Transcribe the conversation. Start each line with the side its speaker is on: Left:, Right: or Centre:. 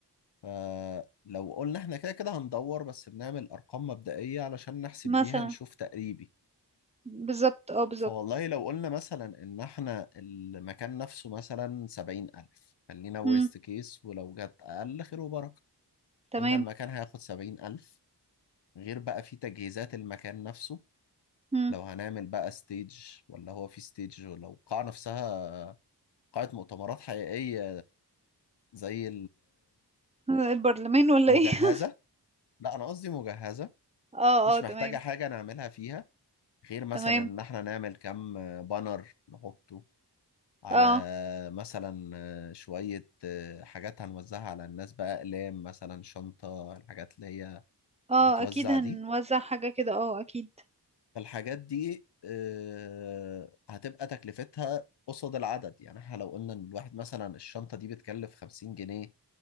Left: فلو قلنا إحنا كده كده هندور بس بنعمل أرقام مبدئية علشان نحسب
Right: مثلا
Left: بيها نشوف تقريبي
Right: بالظبط اه بالظبط
Left: فوالله لو قلنا مثلا إن إحنا المكان نفسه مثلا سبعين ألف خلينا ورست
Right: امم
Left: كيس ولو جت أقل خير وبركة
Right: تمام
Left: قلنا المكان هياخد سبعين ألف غير بقى في تجهيزات المكان نفسه
Right: امم
Left: لو هنعمل بقى ستيج ولا هو في ستيج ولو القاعة نفسها قاعة مؤتمرات حقيقية زي
Right: البرلمان ولا
Left: المجهزة
Right: ايه <laughs>
Left: لا أنا قصدي مجهزة
Right: اه
Left: مش
Right: اه
Left: محتاجة
Right: تمام
Left: حاجة نعملها فيها غير مثلا
Right: تمام
Left: إن إحنا نعمل كام بانر نحطه على
Right: اه
Left: مثلا شوية حاجات هنوزعها على الناس بقى أقلام مثلا شنطة الحاجات اللي هي
Right: اه
Left: بتتوزع
Right: اكيد هنوزع
Left: دي
Right: حاجة كده اه اكيد
Left: فالحاجات دي آه، هتبقى تكلفتها قصاد العدد يعني احنا لو قلنا ان الواحد مثلا الشنطة دي بتكلف 50 جنيه